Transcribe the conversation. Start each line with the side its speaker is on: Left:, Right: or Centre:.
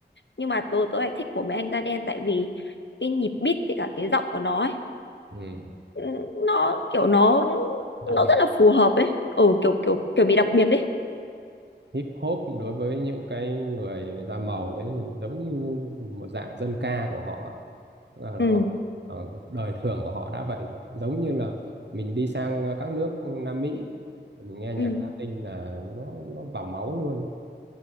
Left: Nhưng mà tớ tớ lại thích của mấy anh da đen tại vì cái nhịp beat với cả cái giọng của nó ấy,
Right: ừ.
Left: ừ, nó kiểu nó
Right: Đặc
Left: nó
Right: biệt
Left: rất là phù hợp ấy. Ừ kiểu kiểu kiểu bị đặc biệt ấy.
Right: hip hop đối với những cái người da màu đấy thì giống như một dạng dân ca của họ là là
Left: Ừ.
Right: họ ờ, đời thường của họ đã vậy rồi giống như là mình đi sang ờ, các nước Nam Mỹ mình nghe nhạc
Left: Ừ.
Right: Latin là nó nó vào máu luôn